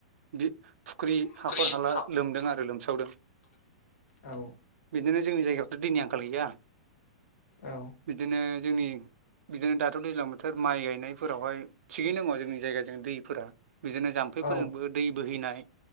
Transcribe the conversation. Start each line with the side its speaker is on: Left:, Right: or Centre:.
Right: दि। फुख्रि हाखर
Left: फुख्रि
Right: हाला
Left: हाखर
Right: लोमदों आरो लोमसावदों
Left: औ
Right: बिदिनो। जोंनि जायगायावथ' दैनि आंखाल गैया
Left: औ
Right: बिदिनो जोंनि बिदिनो दाथ' दैज्लां बो। थोर माइ गायनायफोरावहाय थिगैनो दङा जोंनि जायगाजों दैफोरा। बिदिनो जाम्फैफोरजोंबो
Left: औ
Right: दै बोहैनाय